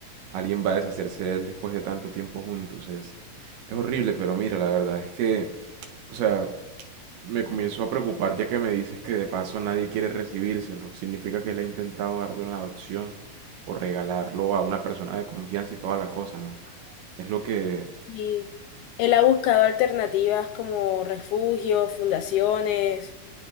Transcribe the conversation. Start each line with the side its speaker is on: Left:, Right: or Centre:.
Right: alguien va a deshacerse de él después de tanto tiempo juntos. Es, es horrible, pero mira, la verdad es que, o sea, Me comienzo a preocupar ya que me dices que de paso nadie quiere recibírselo. Significa que él ha intentado darlo en adopción o regalarlo a una persona de confianza y toda la cosa, ¿no? Es lo que
Left: Y él ha buscado alternativas como refugios, fundaciones